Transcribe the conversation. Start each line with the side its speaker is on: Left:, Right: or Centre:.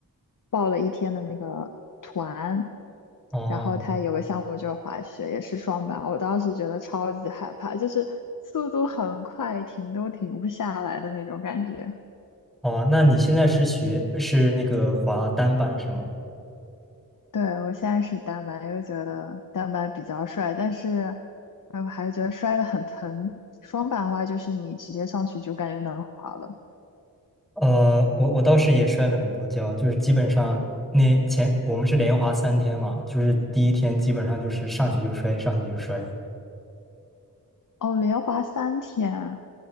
Left: 报了一天的那个团，
Centre: 哦
Left: 然后它有个项目就是滑雪，也是双板，我当时觉得超级害怕，就是速度很快，停都停不下来的那种感觉。
Centre: 哦，那你现在是学是那个滑单板是吗？
Left: 对，我现在是单板，又觉得单板比较帅，但是，哎，我还觉得摔得很疼。双板的话，就是你直接上去就感觉能滑了。
Centre: 呃，我我倒是也摔了很多跤，就是基本上那前我们是连滑三天嘛，就是第一天基本上就是上去就摔，上去就摔。
Left: 哦，连滑三天啊